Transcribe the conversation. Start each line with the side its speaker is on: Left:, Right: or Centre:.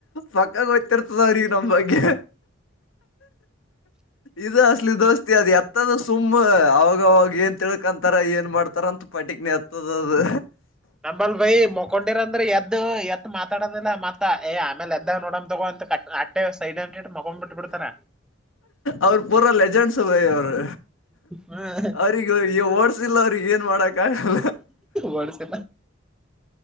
Left: ಪಕ್ಕ ಗೊ್ತ್ತರ್ತದ್ರೀ ನಮ್ಮ ಬಗ್ಗೆ ಇದು ಅಸ್ಲಿ ದೋಸ್ತಿ ಅದು ಎತ್ತದ ಸುಮ್ ಅವಾಗ ಅವಾಗ ಏನ್ ತಿಳ್ಕೊಂತಾರ ಏನ್ ಮಾಡ್ತಾರಂತ ಪಟಕ್ನ ಹತದ ಅದು
Centre: ನಂಬಲ್ ಭೈ ಮಕೊಂಡಿರಂದ್ರೆ ಎದ್ದ್ ಎತ್ತ ಮಾತಾಡೋದಿಲ್ಲ ಮತ್ತಏ ಆಮೇಲೆ ಎದ್ದಾಗ ನೋಡಮ ತಗೋ ಆಟ್ಟೆ ಸೈಡ್ ಅಂತ ಮಗೊಂಡ್ ಬಿಟ್ಟಟ್ಬ ಬಿಡ್ತಾರ
Left: ಅವ್ರ ಪುರ ಲೆಜೆಂಡ್ಸ್ ಬ ಅವರು
Centre: ಹ್ಮ್
Left: ಅವ್ರಗ ಈ ವಡ್ಸಿಲ್ಲ ಅವ್ರಿಗೆ ಏನ್ ಮಾಡಕ್ ಆಲ್ಲ
Centre: ಒಡ್ಸ